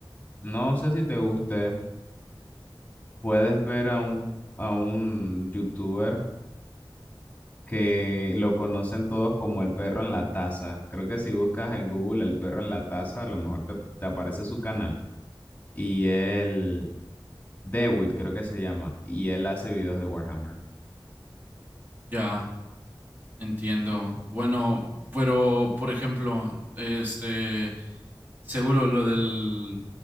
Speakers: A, on the left; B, on the right.
A: no sé si te guste, puedes ver a un, a un youtuber que lo conocen todos como el perro en la taza. Creo que si buscas en Google el perro en la taza, a lo mejor te, te aparece su canal. Y él, Dewitt creo que se llama, y él hace videos de Warhammer.
B: ya, entiendo. Bueno, pero, por ejemplo, este... Seguro lo del...